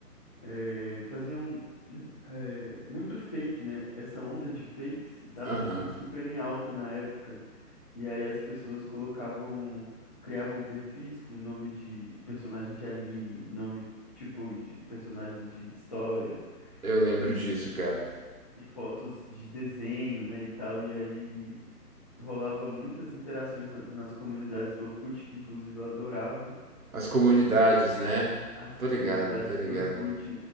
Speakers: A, on the left; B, on the right.
A: eh, faziam um, eh, muito fake, né? Essa onda de fakes e tava
B: Aham.
A: assim super em alta na época. E aí as pessoas colocavam, criavam perfis com nome de personagem de anime, nome tipo de personagem de história
B: Eu lembro
A: e,
B: disso, cara.
A: e fotos de desenho, né, e tal. E aí rolava muitas interações na- nas comunidades do Orkut, que inclusive eu adorava
B: As comunidades, né?
A: as
B: Tô
A: comunidades
B: ligado, tô ligado.
A: do Orkut.